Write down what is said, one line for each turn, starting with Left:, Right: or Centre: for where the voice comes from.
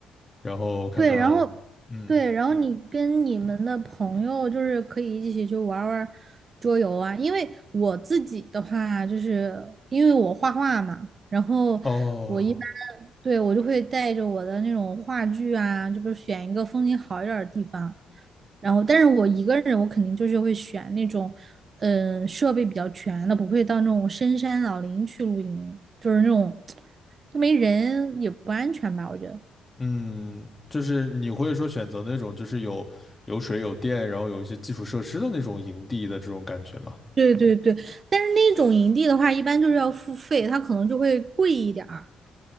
Left: 然后看看。
Right: 对，然然后，
Left: 嗯，
Right: 对，然后嗯你跟你们的朋友就是可以一起去玩儿玩儿桌游啊。因为我自己的话，就是因为我画画嘛，然后我一般
Left: 哦，
Right: 对我就会带着我的那种画具啊，就不是选一个风景好一点儿的地方。然后，但是我一个人，我肯定就是会选那种嗯、呃设备比较全的，不会到那种深山老林去露营，就是那种 <tsk> 都没人也不安全吧，我觉得。
Left: 嗯，就是你会说选择那种就是有有水有电，然后有一些基础设施的那种营地的这种感觉吗？
Right: 对对对，但是那种营地的话，一般就是要付费，它可能就会贵一点儿。